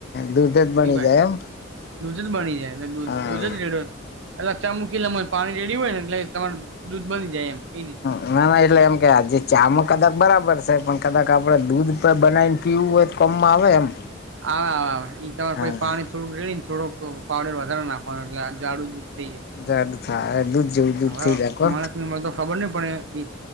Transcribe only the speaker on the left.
દૂધ જ બની
જાય એમ
હા
ના ના એટલે એમ કે આજે ચામાં કદાચ બરાબર છે પણ કદાચ આપણે દૂધ પણ બનાવીને પીવું હોય, તો કમ આવે એમ
હા
દ દ થાય દૂધ જેવું દૂધ
થઈ જાાયકો